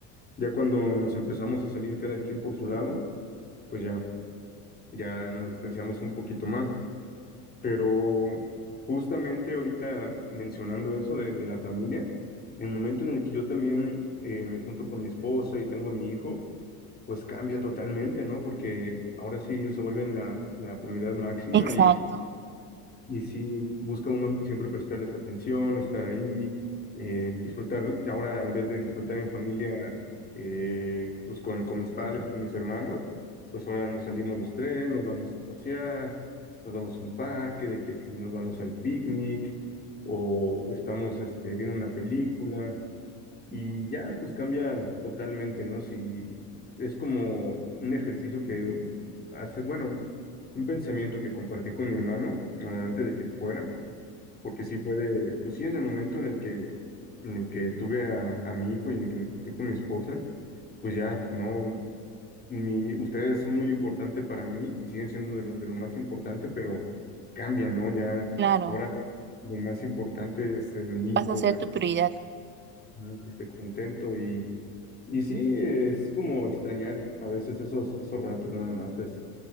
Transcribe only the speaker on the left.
ya cuando nos empezamos a salir cada quien por su lado, pues ya, ya nos distanciamos un poquito más. Pero justamente ahorita mencionando eso de, de la familia, el momento en el que yo también eh, me junto con mi esposa y tengo a mi hijo, pues cambia totalmente, ¿no? Porque ahora sí ellos se vuelven la, la prioridad máxima
y, y sí, busca uno siempre prestarles atención, estar ahí, eh, disfrutar, ahora en vez de disfrutar en familia, eh, pues con, con mis padres, con mis hermanos, pues ahora nos salimos los tres, nos vamos a pasear, nos vamos a un parque, de que si nos vamos al picnic, o estamos este, viendo una película, y ya pues cambia totalmente, ¿no? Si es como un ejercicio que hace, bueno, un pensamiento que compartí con mi hermano eh, antes de que se fuera, porque sí fue de, pues sí, en el momento en el que, en el que tuve a, a mi hijo y en el que me junté con mi esposa, pues ya, no, mi, ustedes son muy importantes para mí y siguen siendo de lo, de lo más importante, pero cambia, ¿no? Ya,
ahora lo más importante es, eh, mi
hijo,
ver
ah, que esté contento y y sí, es como extrañar a veces esos, esos ratos nada más. Es